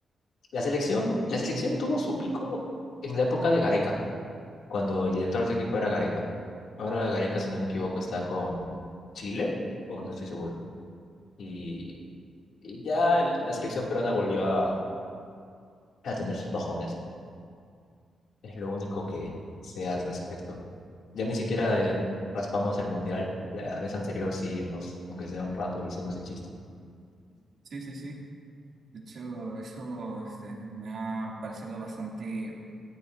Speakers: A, on the left; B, on the right.
A: La selección, la selección tuvo su pico en la época de Gareca, cuando el director técnico era Gareca. Ahora Gareca, si no me equivoco, está con Chile, o no estoy seguro. Y, y ya la selección peruana volvió a, a tener sus bajones. Es lo único que sé al respecto. Ya ni siquiera eh, raspamos el mundial. La vez anterior sí hemos, aunque sea un rato, hicimos el chiste.
B: Sí, sí, sí. De hecho, eso este, me ha parecido bastante.